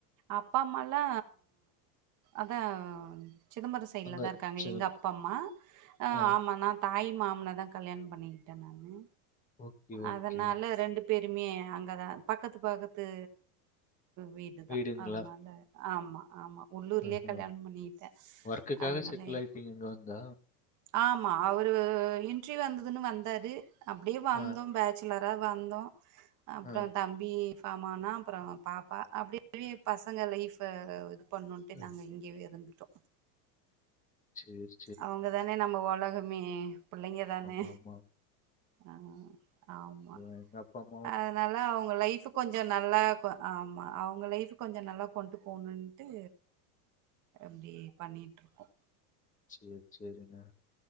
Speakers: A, on the right; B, on the left.
A: அப்பா அம்மாலா அதா சிதம்பரோ சைட்ல
B: அங்க
A: தா இருக்காங்க
B: சரி.
A: எங்க அப்பா அம்மா அ
B: ஆ,
A: ஆமா நா தாய் மாமன தா கல்யாண் பண்ணிகிட்ட நானு
B: ஓகே, ஓகே.
A: அதனால ரெண்டு பேருமே அங்கதா பக்கத்து பக்கத்து வீடு
B: வீடுங்களா?
A: தா அல்ல ஆமா ஆமா உள்ளூர்லே
B: ம்ஹ்ம்.
A: கல்யாண் பண்ணிகிட்டே
B: வொர்க்குக்காக
A: அதனால
B: செட்டில்
A: எ
B: ஆயிட்டீங்க இங்க வந்தா?
A: ஆமா அவரு இன்ட்ரீவ் வந்ததுன்னு வந்தாரு அப்டியே வந்தோ
B: ஆ,
A: பேட்ச் சுலரா வந்தோ அப்றோ
B: ஆ,
A: தம்பி ஃபாமானா அப்றோ பாப்பா அப்டி யே பசங்க லைஃப இது பண்ணுன்ட்டே
B: அ,
A: நாங்க இங்கியவே இருந்துட்டோ
B: சேர்
A: அவங்க தானே நம்ம ஒலகமே பிள்ளைங்க தானே
B: ஆமாமா.
A: அ ஆமா
B: எங் அப்பா அம்மா
A: அதனால அவங்க லைஃப கொஞ்சோ நல்லா ஆக்கு ஆமா அவங்க லைஃபு கொஞ்ச நல்லா கொண்டு போணுன்ட்டு அப்டியே பண்ணிட்ருக்கோ
B: சேர் சேரிங்க